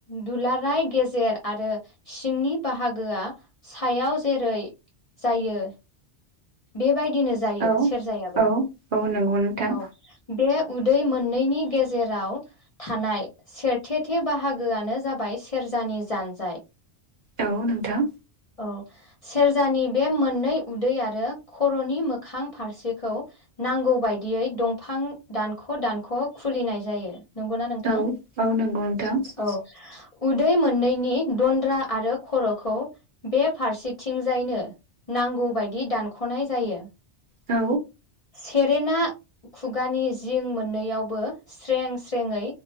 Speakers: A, on the left; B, on the right.
A: दुलाराय गेजेर आरो सिंनि बाहागोआ सायाव जेरै जायो बे बेबायदिनो जायो
B: औ
A: सेरजायाबो
B: औ औ नंगौ नोंथां
A: औ बे उदै मोननैनि गेजेराव थानाय सेरथेथे बाहागोआनो जाबाय सेरजानि जानजाय।
B: औ नोंथां
A: औ सेरजानि बे मोननै उदै आरो खर'नि मोखां फारसेखौ नांगौ बायदि दियै दंफां दानख' दानख' खुलिनाय जायो। नंगौना नोंथां
B: औ औ नंगौ नोंथां
A: औ उदै मोननैनि दन्द्रा आरो खर'खौ बे फारसेथिंजायनो नांगौ बायदि दानख'नाय जायो।
B: औ
A: सेरेना खुगानि जिं मोननैआवबो स्रें स्रेङै